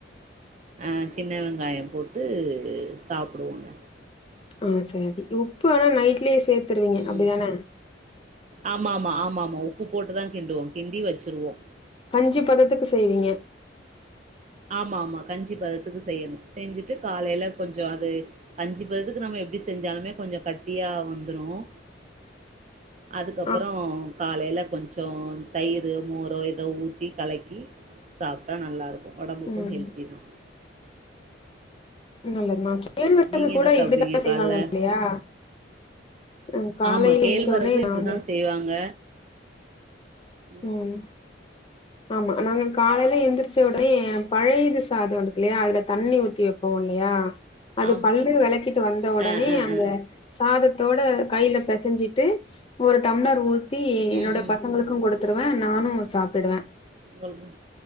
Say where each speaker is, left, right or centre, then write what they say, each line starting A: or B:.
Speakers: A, on the right; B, on the left.
A: அஹ் சின்ன வெங்காயம் போட்டு சாப்பிடுவோங்க
B: ஆஹ் சரி உப்பு வேணா நைட்டுலே சேர்த்துருவீங்க
A: ம்
B: அப்டிதானே
A: ஆமா ஆமா ஆமா ஆமாமா உப்பு போட்டுதான் கிண்டுவோம் கிண்டி வச்சிருவோம்
B: கஞ்சி பதத்துக்கு செய்வீங்க
A: ஆமா ஆமா கஞ்சி பதத்துக்கு செய்யணும் செஞ்சுட்டு காலையில கொஞ்சம் அது கஞ்சி பதத்துக்கு நம்ம எப்டி செஞ்சாலுமே கொஞ்சம் கட்டியா வந்துடும் அதுக்கப்புறம்
B: ஆ
A: காலையில கொஞ்சம் தயிர் மோரோ ஏதோ ஊத்தி கலக்கி சாப்பிட்டா நல்லா இருக் உடம்புக்கும்
B: ம்
A: ஹல்த்திதா
B: நல்லதுமா கேழ்வரகு
A: நீங்க
B: கூட
A: என்ன சாப்டுவீங்க
B: இப்டித்தான் செய்வாங்க
A: கால்ல
B: இல்லையா உஹ காலையில
A: ஆமா கேழ்வரகு
B: எந்திச்ச உடனே நான்
A: இப்டிதா
B: வந்து
A: செய்வாங்க ம்
B: உஹம் ஆமா நாங்க காலையில எந்திரிச்ச உடனே பழையது சாதம் இருக்கு இல்லையா அதுல தண்ணி ஊத்தி வைப்போம் இல்லையா அது
A: ஆம்
B: பல்லு விளக்கிட்டு வந்த உடனே
A: ஆ ஆ
B: அந்த
A: ஆ
B: சாத த்தோட கையில பிசைஞ்சிட்டு ஒரு டம்ளர் ஊ த்தி
A: ம்
B: என்னோட
A: ம்
B: பசங்களுக்கும் கொடுத்து சத்துருவேன் நானும் சாப்பிடுவேன்
A: உங்களுக்கு